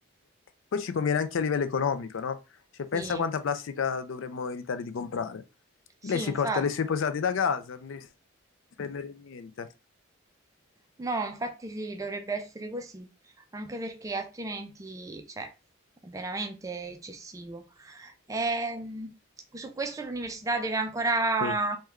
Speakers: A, on the left; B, on the right.
A: poi ci conviene anche a livello economico, no? Cioè, pensa
B: Sì,
A: quanta plastica dovremmo evitare di comprare.
B: sì,
A: Lei si
B: infatti.
A: porta le sue posate da casa, non devi spendere niente.
B: No, infatti sì, dovrebbe essere così, anche perché altrimenti, cioè, è veramente eccessivo. Ehm, su questo l'università deve ancora
A: Sì.